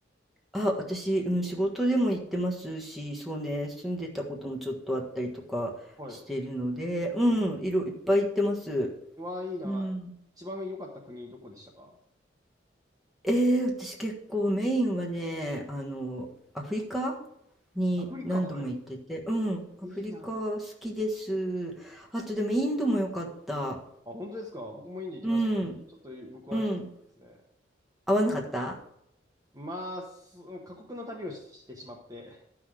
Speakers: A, in the centre; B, on the right.
A: あ、私、うん、仕事でも行ってますし、そうね、住んでたこともちょっとあったりとかしているので、
B: はい。で
A: うん、いろ、いっぱい行ってます。
B: すねうわ、いいな。
A: うん。
B: 一番良かった国どこでしたか
A: ええ、私結構メインはね、あの、アフリカに何度も行ってて、
B: アフリカ、は
A: うん、アフリカ好きです。
B: い。いいな。
A: あとでもインドも良かった。
B: あ、本当ですか。僕もインド行きましたけど、
A: うん、
B: ちょっと僕はきつかったですね。
A: うん。合わなかった
B: まあ、す過酷な旅をし、してしまって。